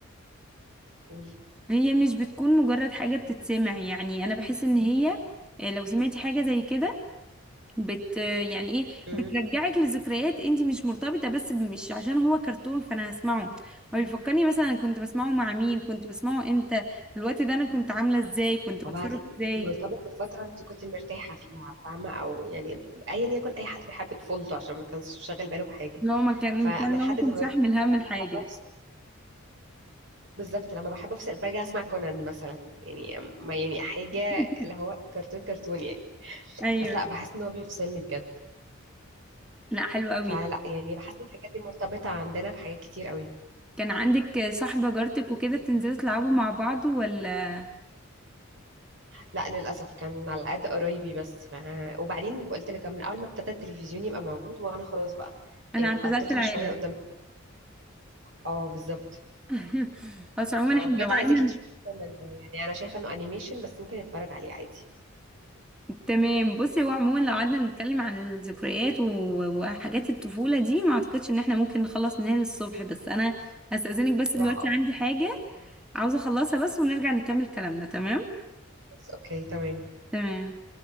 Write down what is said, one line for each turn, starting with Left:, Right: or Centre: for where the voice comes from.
Right: قولي
Centre: هي مش بتكون مجرد حاجة بتتسمع يعني انا بحس ان هي لو سمعتي حاجة زي كده بت يعني ايه
Right: امم
Centre: بترجعك لذكريات انت مش مرتبطه بس ب- مش عشان هو كرتون فانا هسمعه هو بيفكرني مثلا أنا كنت بسمعه مع مين كنت بسمعه امتى في الوقت ده انا كنت عامله ازاي كنت
Right: وبعدين
Centre: بتصرف ازاي
Right: مرتبط بفتره انت كنت مرتاحه فيها فاهمه او يعني ايا يكن اي حد بيحب طفولته عشان ما كانش شاغل باله بحاجه
Centre: لو ما كان
Right: فانا
Centre: كان
Right: لحد
Centre: لو ما
Right: النهارده
Centre: كنتش احمل هم
Right: لما
Centre: الحاجه
Right: حابه افصل بالظبط لما بحب افصل برجع اسمع كونان مثلا يعني ما يعني حاجه
Centre: <laughs>
Right: اللي هو كرتون كرتون يعني
Centre: ايوه
Right: بس لا بحس ان هو بيفصلني بجد
Centre: لا حلو قوي
Right: فلا يعني بحس ان الحاجات دي مرتبطة عندنا بحاجات كتير قوي
Centre: كان عندك صاحبه جارتك وكده بتنزلوا تلعبوا مع بعض ولا
Right: لا للأسف كان على قد قرايبي بس ف... وبعدين قلت لك من أول ما ابتدى التلفزيون يبقى موجود وأنا خلاص بقى
Centre: انا
Right: إيه
Centre: اعتزلت
Right: قضيتها
Centre: العالم
Right: شوية قدام اه بالظبط
Centre: <laughs> بس عموما
Right: أنا
Centre: احنا
Right: بجد
Centre: لو
Right: عايزاكي
Centre: قعدنا
Right: تشوفي كونان ده يعني أنا شايفة إنه أنيميشن بس ممكن نتفرج عليه عادي
Centre: تمام بصي هو عموما لو قعدنا نتكلم عن الذكريات و- و- وحاجات الطفولة دي ما اعتقدش ان احنا ممكن نخلص منها للصبح بس انا هستأذنك بس
Right: صراحة
Centre: دلوقتي عندي
Right: اه
Centre: حاجة عاوزة اخلصها بس ونرجع نكمل كلامنا تمام
Right: بس أوكي تمام
Centre: تمام